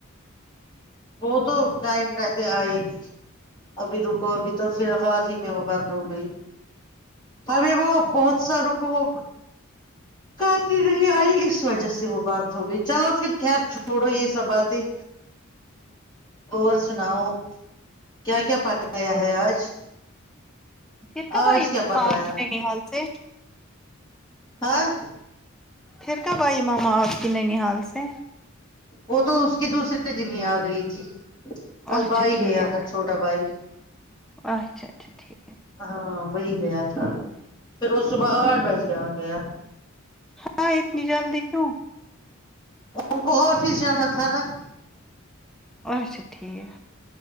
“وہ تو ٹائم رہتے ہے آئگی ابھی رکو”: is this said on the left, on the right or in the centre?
Left